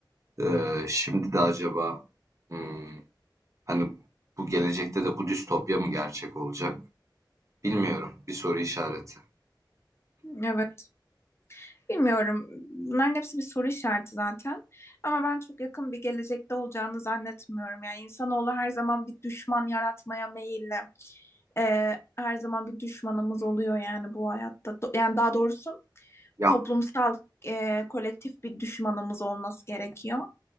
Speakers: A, on the right; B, on the left.
A: Ee, şimdi de acaba hmm, hani bu gelecekte de bu distopya mı gerçek olacak? Bilmiyorum. Bir soru işareti.
B: Evet. Bilmiyorum. Bunların hepsi bir soru işareti zaten. Ama ben çok yakın bir gelecekte olacağını zannetmiyorum. Yani insanoğlu her zaman bir düşman yaratmaya meyilli. Ee, her zaman bir düşmanımız oluyor yani bu hayatta. Do- Yani daha doğrusu
A: Ya
B: toplumsal, e, kolektif bir düşmanımız olması gerekiyor.